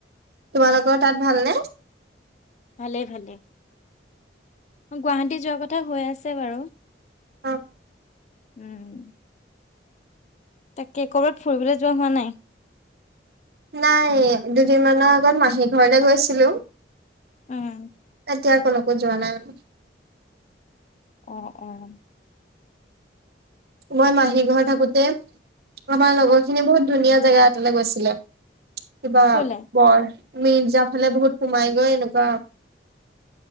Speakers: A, on the right (about 60°); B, on the left (about 40°).
A: তোমালোকৰ তাত ভালনেে?
B: ভালেই ভালেই গুৱাহাটী যোৱা কথা হৈ আছে বাৰু!
A: অ'
B: উম তাকে ক'ৰবাত ফুৰিবলৈ যোৱা হোৱা নাই?
A: নাই, দুদিনমানৰ আগত মাহী ঘৰলে গৈছিলো। এতিয়া
B: উম
A: আকৌ কত যোৱা নাই আকৌ?
B: অ'- অ
A: মই মাহী ঘৰ থাকোতে আমাৰ লগৰখিনি বহুত ধুনীয়া জেগা এটালে গৈছিলে। কিবা
B: কলে
A: বৰ <unintelligible> মিৰ্জাৰ ফালে বহুত সোমাই গৈ এনেকুৱা,